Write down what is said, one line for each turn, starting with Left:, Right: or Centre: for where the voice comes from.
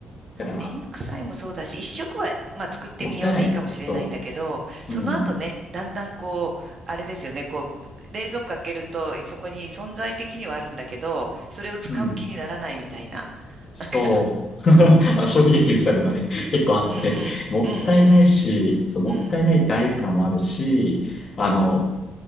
Left: だから、
Right: めんどくさいもそうだし、一食は、まあ、作ってみようでいいかもしれないんだけど、
Left: もったいない。そ
Right: その後ね、
Left: う。うん。
Right: だんだんこう、あれですよね、こう、冷蔵庫開けると、そこに存在的にはあるんだけど、それを使う気にならないみたいな。
Left: うん。そう。
Right: なんか <laughs>
Left: <laughs> あの、賞味期限切るたりとかね、結構あって、
Right: うんうんうんうん
Left: もったいないし、そう、もったいない代価もあるし、
Right: うんうん
Left: あの、